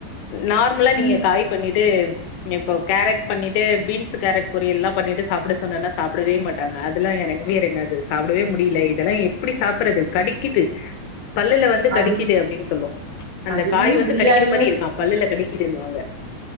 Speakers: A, on the left; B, on the right.
A: நார்முலா
B: கீ
A: நீங்க காய் பண்ணிட்டு இப்போ கேரட் பண்ணிட்டு பீன்ஸு கேரட் பொரியல்லா பண்ணிட்டு சாப்டு சொன்னாலா சாப்டவே மாட்டாங்க அதுலா எறங்கவே எறங்காது சாப்டவே முடில இதெல்லா எப்புடி சாப்புறது கடிக்குது பல்லுல வந்து கடிக்கிது
B: அதில்
A: அப்டின் சொல்லு அந்த
B: அதுலயு
A: காய் வந்து
B: பிரியாணி
A: கடிக்கிற மாரி இருக்கா பல்லுல கடிக்கிதுன்வாங்க